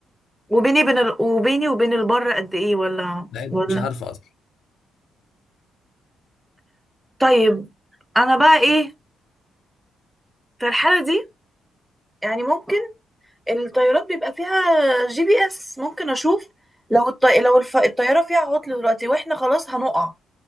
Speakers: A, in the centre; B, on the left.
A: وبيني بين ال... وبيني وبين البر قد ايه ولا
B: لا انت
A: ولا
B: مش عارفة اصلا
A: طيب انا بقى ايه في الحالة دي يعني ممكن الطيارات بيبقى فيها جي بي اس ممكن اشوف لو الطي... لو الف... الطيارة فيها عطل دلوقتي واحنا خلاص هنقع